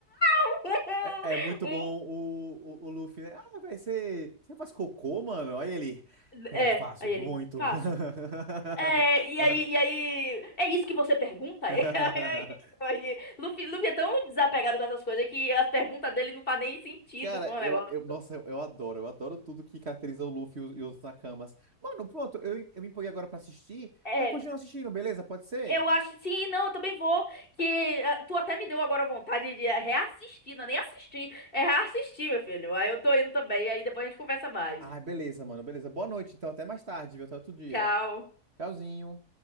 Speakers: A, on the left; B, on the right.
A: <laughs>
B: é- é muito
A: Um,
B: bom o, o, o Luffy, né? Ah, velho, você, você faz cocô, mano? Olha ele. É,
A: é,
B: eu faço
A: aí
B: muito.
A: ele, faço.
B: <laughs>
A: É, e aí, e aí, é isso que você pergunta?
B: <laughs>
A: <laughs> Aí, Luffy, Luffy é tão desapegado com essas coisas que as perguntas dele não fazem nem sentido
B: Cara,
A: com o
B: eu,
A: negócio.
B: eu, nossa, eu, eu adoro, eu adoro tudo que caracteriza o Luffy e os, e os Nakamas. Mano, pronto, eu, eu me empolguei agora pra assistir.
A: É,
B: Eu continuo assistindo, beleza? Pode ser?
A: eu acho, sim, não, eu também vou, que ah, tu até me deu agora vontade de reassistir, não é nem assistir, é reassistir, meu filho. Aí eu tô indo também, aí depois a gente conversa mais.
B: Ah, beleza, mano, beleza. Boa noite, então, até mais tarde, viu? Até outro dia.
A: Tchau.
B: Tchauzinho.